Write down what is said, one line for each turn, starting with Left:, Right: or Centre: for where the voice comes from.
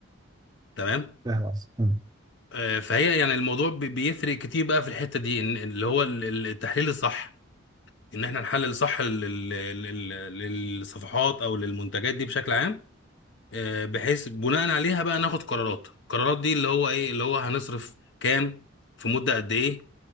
Left: تمام
Right: فاهم قصدي مم.
Left: آه، فهي يعني الموضوع بي- بيفرق كتير بقى في الحتة دي إن- اللي هو ال- ال- التحليل الصح ان احنا نحلل صح لل- لل- لل- للصفحات او للمنتجات دي بشكل عام آه، بحيث بناء عليها بقى ناخد قرارات القرارات دي اللي هو ايه اللي هو هنصرف كام في مدة قد ايه